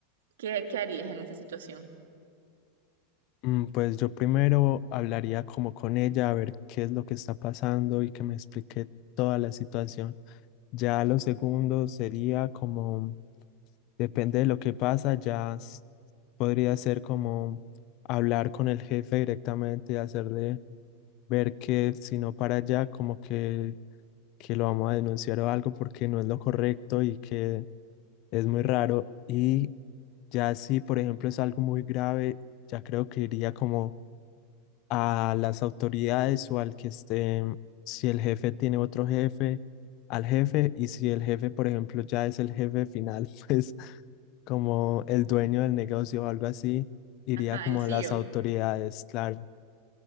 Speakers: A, on the right (about 80°); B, on the left (about 50°).
A: ¿qué, qué harías en esa situación?
B: Mm, Pues yo primero hablaría como con ella, a ver qué es lo que está pasando y que me explique toda la situación. Ya lo segundo sería como, depende de lo que pasa, ya s- podría ser como hablar con el jefe directamente, hacerle ver que si no para allá, como que, que lo vamos a denunciar o algo porque no es lo correcto y que es muy raro. Y ya si, por ejemplo, es algo muy grave, ya creo que iría como a las autoridades o al que esté, si el jefe tiene otro jefe, al jefe. Y si el jefe, por ejemplo, ya es el jefe final, <laughs> pues como el dueño del negocio o algo así, iría
A: Ajá,
B: como
A: el CEO.
B: a las autoridades, claro.